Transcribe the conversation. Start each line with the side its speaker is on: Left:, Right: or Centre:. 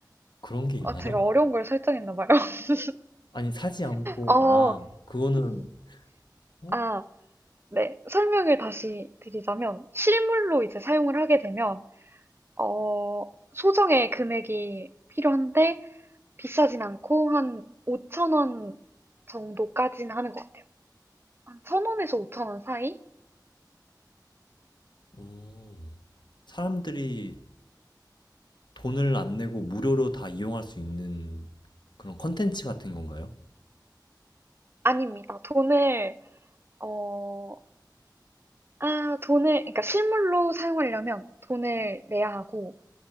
Left: 그런 게 있나요?
Right: 아 제가 어려운
Left: <laughs>
Right: 걸 설정했나 봐요. <laughs>
Left: 아니, 사지 않고,
Right: 어.
Left: 아, 그거는, 어?
Right: 아 네. 설명을 다시 드리자면 실물로 이제 사용을 하게 되면 어 소정의 금액이 필요한데 비싸진 않고 한 5천 원 정도까지는 하는 것 같아요. 한 1,000원에서 5,000원 사이?
Left: 음, 사람들이 돈을 안 내고 무료로 다 이용할 수 있는 그런 컨텐츠 같은 건가요?
Right: 아닙니다. 돈을 어, 아, 돈을, 그러니까 실물로 사용하려면 돈을 내야 하고,